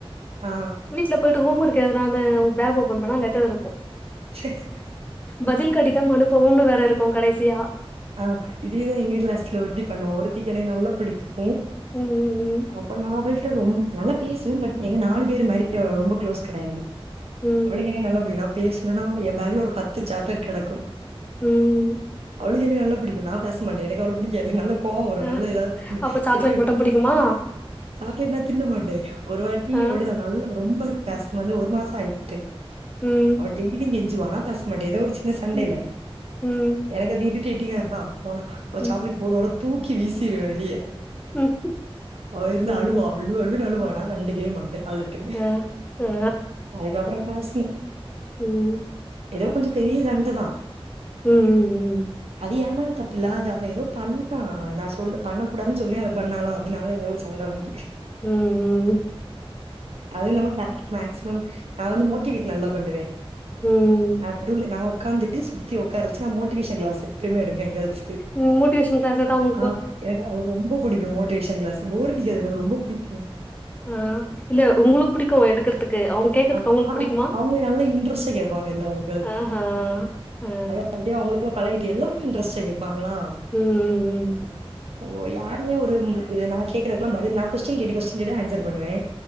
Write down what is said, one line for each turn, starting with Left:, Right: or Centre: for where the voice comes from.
Right: ஆ.
Left: வீட்ல போய்ட்டு ஹோம் ஒர்க் எழுதுலானு பேக் ஓபன் பண்ணா லெட்டர் இருக்கூ
Right: சேக்க்
Left: பதில் கடிதம் அனுப்பவும்னு வேற இருக்கூ கடைசியா
Right: ஆ இதேதா எங்க கிளாஸ்ல ஒருத்தி பண்ணுவோ ஒருத்திக்கு என்னய நல்லா புடிக்கூ
Left: உம் உம் ம்
Right: அப்ப நா அவள்ட்ட ரொம்ப நல்லா பேசுவே பட் எங்க நாலு பேரு மாறி அவ ரொம்ப க்ளோஸ் கெடையாது
Left: ம்
Right: அவளுக்கு என்ன நல்லா புடிக்கூ நா பேசலனா எ பேக்ல ஒரு பத்து சாக்லேட் கெடக்கூ
Left: உம்
Right: அவளுக்கு என்னய நல்லா புடிக்கூ நா பேச மாட்டே எனக்கு அவள புடிக்காது நல்ல கோவோவரு
Left: ஆ
Right: நல்லா எதாவது சொல்லி
Left: அப்ப சாக்லேட்
Right: திட்டி விட்டு
Left: மட்டு புடிக்குமா
Right: சாக்லேட்னா தின்ன மாட்டே ஒருவாட்டீ
Left: ஆ
Right: அப்டு தா நல்லா ரொம்ப பேசம வந்து ஒரு மாசோ ஆய்ட்டு
Left: ம்
Right: அவ டெய்லீ கெஞ்சுவானா பேச மாட்டே ஏதோ ஒரு சின்ன சண்டையில
Left: ம் ம்
Right: எனக்கு அது இரிட் இரிட்டேட்டீங்காரு தா போனா ஒரு
Left: ம்
Right: சாக்லேட்டு போடுவாளா தூக்கி வீசிருவே வெளிய
Left: ம்
Right: அவ இருந்து
Left: ம்ஹும்
Right: அழுவா அழு அழுனு அழுவா நா கண்டுக்கே மாட்டே அழு ட்டுனு
Left: ஆ ஆ
Right: அதுக்கப்புறோ பேசல
Left: ம்
Right: ஏதோ கொஞ்ச பெரிய சண்டதா
Left: ம் ம் ம்
Right: அது ஏமேல தப்பில அது அவ ஏதோ பண்ணா நா சொல்ல பண்ண கூடான்னு சொல்லி அத பண்ணாலா அதனால யோசிச் சண்டவந்து
Left: ம் ம்
Right: அதுல்லாம கிளாஸ்ல மேக்சிமம் நா வந்து மோட்டிவேட் நல்லா பண்ணுவே
Left: ம்
Right: நடுவ்ல நா உட்காந்துட்டு சுத்தி உட்கார வச்சு நா மோட்டிவேஷன் கிளாஸு எப்பயுமே எடுப்பே கேள்ஸுகு
Left: ம் மோடிவேஷன் கிளாசதா அவங்
Right: ஆ எனக்கு அது ரொம்ப புடிக்கூ மோட்டிவேஷன் கிளாஸு போரடிகாது எனக்கு ரொம்ப புடிக்கூ
Left: ஆ இல்ல உங்களுக்கு புடிக்கூ எடுக்றதுக்கு அவங்க கேக்கறதுக்கு
Right: ஆ
Left: அவங்களுக்கு
Right: ஆ
Left: புடிக்குமா
Right: அவங்க நல்லா இன்ட்ரெஸ்ட்டா கேட்ப்பாங்க எல்லாரு கேர்ள்ஸ்
Left: ஆஹா ஆ
Right: அத அப்படியே அவங்களுக்கெல்லா பழகிட்டு எல்லாரு இன்ட்ரெஸ்டா கேபாங்களா
Left: உம் உம் உம்
Right: ஓ யாருமே ஒரு நா கேக்குறதுக்கெல்லா பதில் நா கொஸ்டின் கேட்டு கொஸ்டின் கேட்டு ஆன்சர் பண்ணுவே